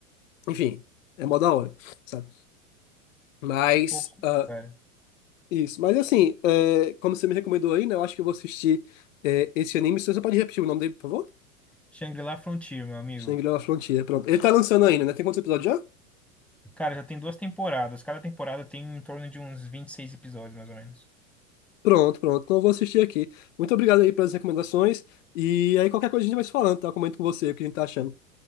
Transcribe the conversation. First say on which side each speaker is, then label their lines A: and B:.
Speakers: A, on the left; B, in the centre.
A: enfim, é mó da hora, sabe? Mas,
B: Pô,
A: ah,
B: cara.
A: isso. Mas, assim, é, como você me recomendou aí, né, eu acho que eu vou assistir é, esse anime. Você só pode repetir o nome dele, por favor?
B: Shangri-La é Frontier, meu amigo.
A: Shingeki no La Frontier, pronto. Ele tá lançando ainda, né? Tem quantos episódios já?
B: Cara, já tem duas temporadas. Cada temporada tem em torno de uns 26 episódios, mais ou menos.
A: Pronto, pronto. Então eu vou assistir aqui. Muito obrigado aí pelas recomendações. E aí qualquer coisa a gente vai se falando, tá? Eu comento com você o que a gente tá achando.